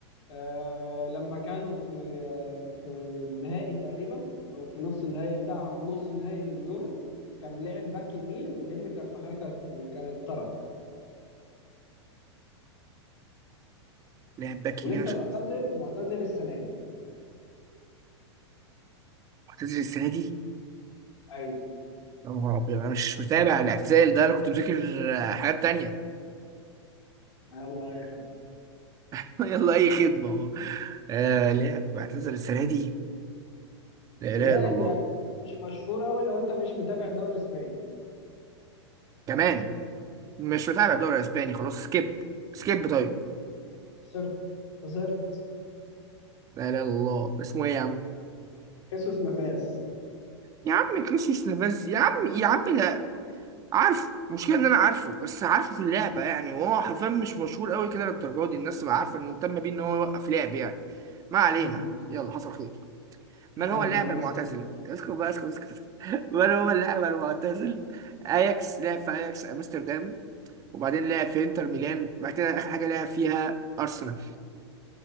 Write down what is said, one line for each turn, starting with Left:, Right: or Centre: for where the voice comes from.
Left: آه لما كانوا في آه في النهائي تقريبا او في نص النهائي بتاع نص نهائي اليورو كان لعب باك يمين لان كارفاخال كانت كانت طرد
Right: لاعب باك
Left: ولسه
Right: يمين عشان
Left: معتزل معتزل السنة دي
Right: اعتزل السنه دي
Left: ايوه
Right: يا نهار ابيض انا مش متابع الاعتزال ده انا كنت مذاكر آه، حاجات تانية
Left: الله يخليك
Right: <laughs> يلا اي خدمه اهو آه لعب اعتزل السنه دي لا
Left: ولاعب
Right: اله الا الله
Left: يعني مش مشهور قوي لو انت مش متابع الدوري الاسباني
Right: كمان مش متابع الدوري الاسباني خلاص سكيب سكيب طيب
Left: خسرت خسرت
Right: لا اله الا الله اسمه ايه يا عم
Left: خيسوس نافاس
Right: يا عم كريسي نافاز يا عم يا عم ده عارفه المشكله ان انا عارفه بس عارفه في اللعبه يعني وهو حرفيا مش مشهور قوي كده للدرجه دي الناس تبقى عارفه انه مهتم بيه ان هو يوقف لعب يعني ما علينا
Left: مم.
Right: يلا حصل خير من
Left: يلا
Right: هو اللاعب
Left: يلا
Right: المعتزل اسكت بقى اسكت اسكت اسكت. <laughs> من هو اللاعب المعتزل اياكس لعب في اياكس امستردام وبعدين لعب في انتر ميلان بعد كده اخر حاجه لعب فيها ارسنال